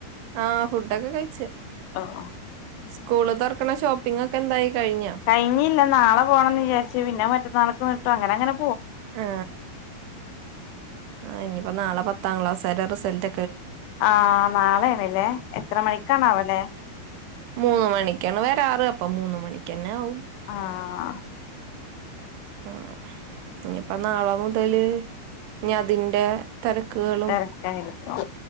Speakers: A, on the right (about 85°); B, on the left (about 90°).
A: ആ.. ഫുഡൊക്കെ കൈച്.
B: ആഹാ.
A: സ്കൂള് തൊറക്കണ ഷോപ്പിങ്ങക്കെ എന്തായി? കഴിഞ്ഞോ
B: കഴിഞ്ഞില്ല നാളെ പോണംന്ന് വിജാരിച്ച് പിന്നെ മറ്റന്നാൾക്ക് നീട്ടും അങ്ങനെങ്ങനെ.
A: ആ.. ഹ് ആ ഇനിപ്പോ നാളെ പത്താം ക്ലാസെരെ റിസൾട്ട
B: ആ.. ഹ് നാളേണ്ലെ എത്ര മണിക്കാണാവലെ?
A: ന്ന് മണിക്കാണ് വരാറ് അപ്പം മൂന്ന് മണി ക്കെന്നെ ആവും.
B: ആഹ.
A: ഉം ഞ്പ്പം നാളെ മുതല് ഹ്മ് ഇഞ്ഞതിന്റെ. തെരക്കുകളും
B: തെരക്കായിരിക്കും